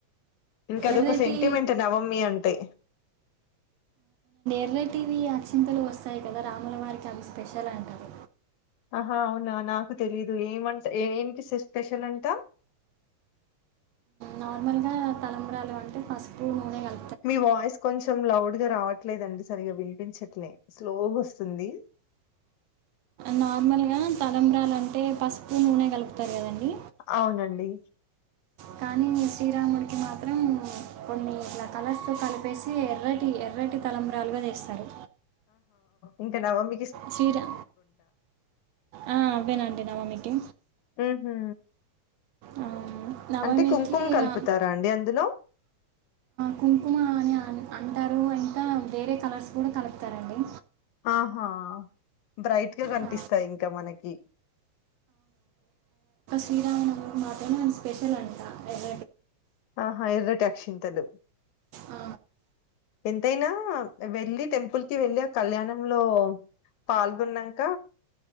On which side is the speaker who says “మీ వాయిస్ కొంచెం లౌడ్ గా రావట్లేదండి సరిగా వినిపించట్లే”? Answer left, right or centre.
Left